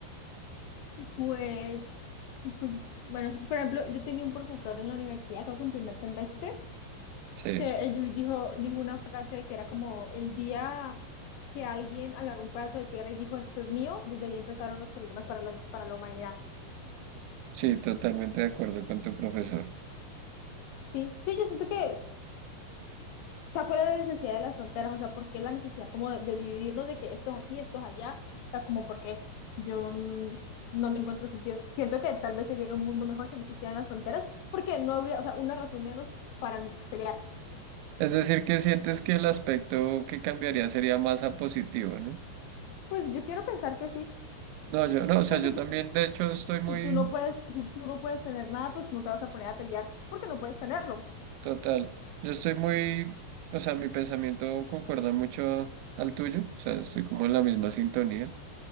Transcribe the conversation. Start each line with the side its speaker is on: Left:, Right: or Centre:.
Left: Pues, pues, bueno, por ejemplo, yo tenía un profesor en la universidad, creo que en primer semestre,
Right: Sí,
Left: que él dijo, dijo una frase que era como el día que alguien agarró un pedazo de tierra y dijo, esto es mío, desde ahí empezaron los problemas para la, para la humanidad.
Right: sí, totalmente de acuerdo con tu profesor.
Left: Sí, sí, yo siento que O sea, ¿cuál es la necesidad de las fronteras? O sea, ¿por qué la necesidad como de, de dividirnos de que estos aquí, estos allá? O sea, como por qué? Yo n- no le encuentro sentido. Siento que tal vez sería un mundo mejor si no existieran las fronteras, porque no habría, o sea, una razón menos para pelear.
Right: Es decir, que sientes que el aspecto que cambiaría sería más a positivo, ¿no?
Left: Pues yo quiero pensar que sí,
Right: No, yo, no, o sea,
Left: porque
Right: yo
Left: si,
Right: también, de hecho, estoy muy,
Left: si tú no puedes, si tú no puedes tener nada, pues no te vas a poner a pelear porque no puedes tenerlo.
Right: total, yo estoy muy, o sea, mi pensamiento concuerda mucho al tuyo, o sea, estoy como en la misma sintonía.